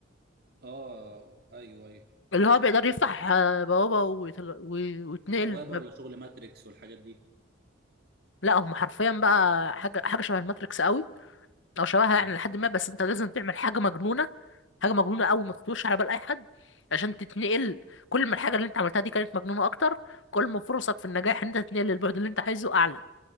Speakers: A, on the right; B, on the left.
A: اه ايوه ايوه
B: اللي هو بيقدر يفتح آه، بوابة ويتل... وي- ويتنقل
A: بوابه
B: ما-
A: ولا شغل ماتريكس والحاجات دي
B: لا هم حرفيا بقى حاجة حاجة شبه الماتريكس قوي أو شبهها
A: مم.
B: يعني لحد ما بس أنت لازم تعمل حاجة مجنونة حاجة مجنونة قوي ما
A: مم.
B: تخطرش على بال أي حد عشان تتنقل كل ما الحاجة اللي أنت عملتها دي كانت مجنونة أكتر كل ما فرصك في النجاح إن أنت تتنقل للبعد اللي أنت عايزه أعلى